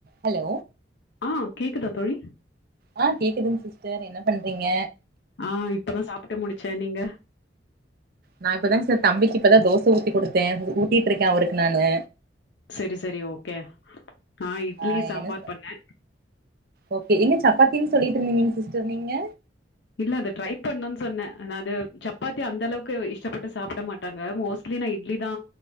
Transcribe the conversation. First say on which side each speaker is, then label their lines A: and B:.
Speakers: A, on the right; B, on the left.
A: Hello
B: ஆஹ் கேக்குதா தோழி
A: ஆ கேக்குதுங்க சிஸ்டர் என்ன பண்றீங்க
B: ஆஹ் இப்பதா சாப்புட்டு முடிச்சே நீங்க
A: நா இப்பதாங் சர் தம்பிக்கு இப்பதா தோச ஊத்தி குடுத்தே ஊ உ கட்டிட்டு இருக்கே அவருக் நானு
B: சரி சரி ஓக நா இட்லி
A: ஆ
B: சாம்பார்
A: என்ன
B: பண்ணே
A: ஓகே எங்க சப்பாத்தின்னு சொல்லிட்டு இருந்திங்க சிஸ்டர் நீங்க
B: இல்ல அத ட்ரை பண்ணனு சொன்னே நா அது சப்பாத்தி அந்த அளவுக்கு இஷ்டப்பட்டு சாப்புட மாட்டாங்க மோஸ்ட்லி நா இட்லிதா